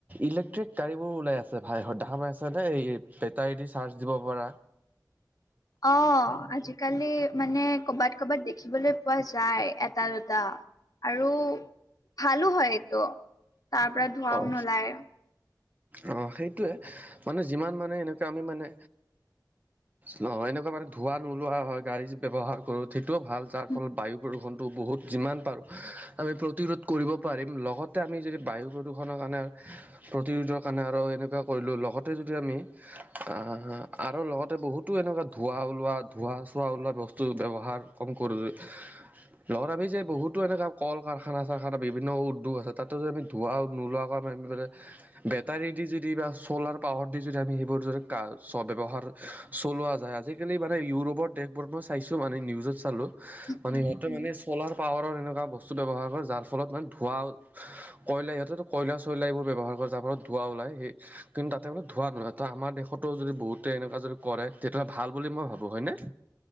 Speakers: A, on the right (about 25°); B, on the left (about 55°).
A: ইলেক্ট্ৰিক গাড়ীবোৰ ওলাই আছে ভাই দাম আছেনে এই বেটাৰী দি চাৰ্জ দিব পৰা
B: অ আজিকালি মানে কৰ'বাত কৰ'বাত দেখিবলৈ পোৱা যায় এটা দুটা। আৰু ভালো হয় এইটো তাৰ পৰা ধোৱাও
A: অ'।
B: নোলায়।
A: অ সেইটোৱে মানে যিমান মানে এনেকুৱা আমি মানে নহয় এনেকুৱা মানে ধুৱা নোলোৱা হয়, গাড়ী ব্যৱহাৰটো সেইটোও ভাল। যাৰ
B: উম,
A: ফলত বায়ু প্ৰদূষণটো বহুত যিমান পাৰোঁ আমি প্ৰতিৰোধ কৰিব পাৰিম লগত তাতে আমি যদি বায়ু প্ৰদূষণৰ কাৰণে প্ৰতিৰোধৰ কাৰণে আৰু এনেকুৱা কৰিলোঁ লগতে যদি আমি আহাঁ, আৰু লগতে বহুতো এনেকুৱা ধোঁৱা ওলোৱা ধোঁৱা চোৱা ওলোৱা বস্তু ব্যৱহাৰ কম কৰোঁ যে লগত আমি যে বহুতো এনেকুৱা কল কাৰখানা - চাৰখানা বিভিন্ন উদ্যোগ আছে তাত টো যে আমি ধোঁৱা নোলোৱাকৈ আমি বেটাৰী দি যদি বা ছ'লাৰ পাৱাৰ দি যদি আমি সেইবোৰ যদি কা চ ব্যৱহাৰ হা চলোৱা যায়, আজিকালি মানে ইউৰোপৰ দেশবোৰত মই চাইছোঁ মানে নিউজত চালোঁ হা মানে
B: উম,
A: সিহঁতে
B: উম
A: মানে চ'লাৰ পাৱাৰৰ এনেকুৱা বস্তু ব্যৱহাৰ কৰে যাৰ ফলত মানে ধোঁৱা হা কয়লা ইহঁতেতো কয়লা- চয়লা এইবোৰ ব্যৱহাৰ কৰে যাৰ ফলত ধোৱা ওলাই সেই কিন্তু তাত ত বোক ধোৱা নহয় তো আমাৰ দেশতো যদি বহুতে এনেকুৱা যদি কৰে তেতিয়াহ'লে ভাল বুলি মই ভাবোঁ হয়নে?